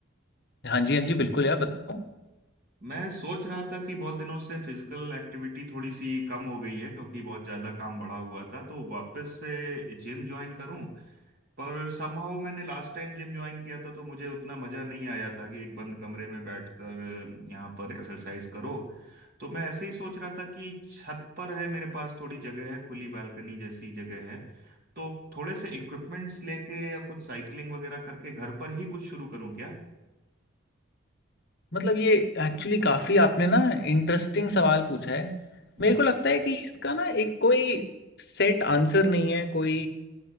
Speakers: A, on the left; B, on the right.
A: हाँ जी हाँ जी बिल्कुल यार बताओ
B: मैं सोच रहा था कि बहुत दिनों से फिजिकल एक्टिविटी थोड़ी सी कम हो गई है क्योंकि बहुत ज़्यादा काम बढ़ा हुआ था तो वापस से जिम ज्वाइन करूं पर समहाउ मैंने लास्ट टाइम जिम ज्वाइन किया था तो मुझे उतना मजा नहीं आया था कि एक बंद कमरे में बैठकर अ, यहाँ पर एक्सरसाइज करो तो मैं ऐसे ही सोच रहा था कि छत पर है मेरे पास थोड़ी जगह है खुली बालकनी जैसी जगह है तो थोड़े से इक्विपमेंट्स लेके या कुछ साइकिलिंग वगैरह करके घर पर ही कुछ शुरू करूँ क्या
A: मतलब ये एक्चुअली काफ़ी आपने ना इंटरेस्टिंग सवाल पूछा है
B: हम्म
A: मेरे को लगता है कि इसका ना एक कोई सेट आंसर नहीं है कोई